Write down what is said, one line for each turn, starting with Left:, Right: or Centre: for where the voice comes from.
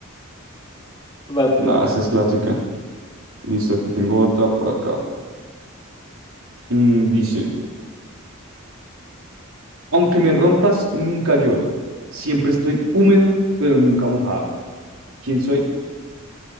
Left: va a
Right: No,
Left: tocar.
Right: esa es clásica. Listo, te tengo otra por acá. Mm, dice, aunque me rompas, nunca lloro. Siempre estoy húmedo, pero nunca mojado. ¿Quién soy?